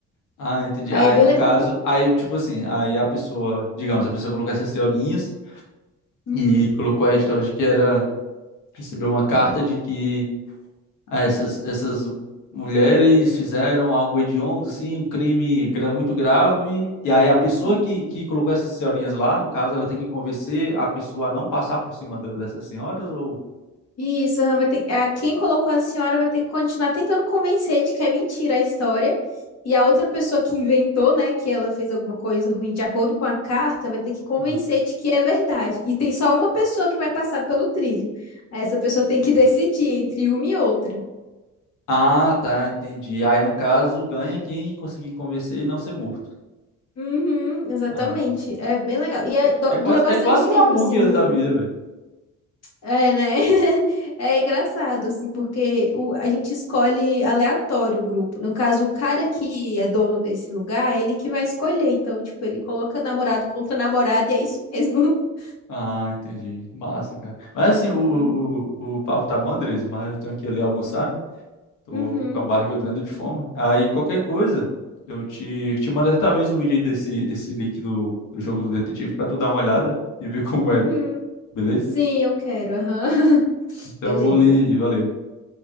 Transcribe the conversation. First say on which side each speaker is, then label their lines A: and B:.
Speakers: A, on the left; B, on the left.
A: Ah, entendi.
B: Aí
A: Aí
B: é bem
A: no
B: legal.
A: caso, aí tipo assim, aí a pessoa, digamos, a pessoa colocar essas senhorinhas.
B: Uhum,
A: E colocou a história de que era recebeu uma carta de que ah, essas, essas mulheres fizeram algo hediondo, assim, um crime gra- muito grave. E aí a pessoa
B: uhum.
A: que, que colocou essas senhorinhas lá, no caso, ela tem que convencer a pessoa a não passar por cima do- dessas senhoras ou...
B: Isso, aham, vai ter... a- quem colocou a senhora vai ter que continuar tentando convencer de que é mentira a história. E a outra pessoa que inventou, né, que ela fez alguma coisa ruim de acordo com a carta, vai ter que convencer
A: Aham.
B: de que é verdade. E tem só uma pessoa que vai passar pelo trilho. Aí Essa pessoa tem que <laughs> decidir entre uma e outra.
A: Ah, tá, entendi. Aí no caso ganha quem conseguir convencer e não ser morto.
B: Uhum, exatamente.
A: Ah,
B: É bem legal. E é- do-
A: é quase,
B: dura bastante
A: é quase
B: tempo,
A: um Among
B: assim,
A: Us
B: o jogo.
A: da vida,
B: É, né? <laughs> É engraçado, assim, porque o- a gente escolhe aleatório o grupo. No caso, o cara que é dono desse lugar, ele que vai escolher. Então, tipo, ele coloca namorado contra namorada e é isso mesmo. <laughs>
A: Ah, entendi. Massa, cara. Mas assim, o, o,
B: Hum.
A: o o papo tá bom, Andres, mas eu tenho que ir ali almoçar, né? Tô
B: Uhum,
A: com a barriga doendo de fome. Aí qualquer coisa, eu te, te mando talvez um vídeo aí desse, desse link do, do jogo do detetive pra tu dar uma olhada e ver <laughs> como
B: uhum.
A: é,
B: <laughs>
A: beleza?
B: Sim, eu quero. aham. <laughs>
A: Então
B: Beleza.
A: eu vou ali, valeu.